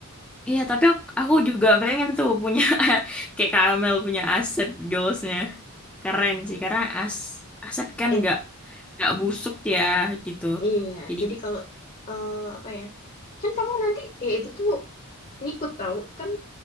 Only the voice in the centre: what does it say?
iya tapi aku, aku juga pengen tuh punya <laughs> kayak Kamel punya aset goalsnya keren sih karena as aset kan
nggak nggak busuk ya gitu
jadi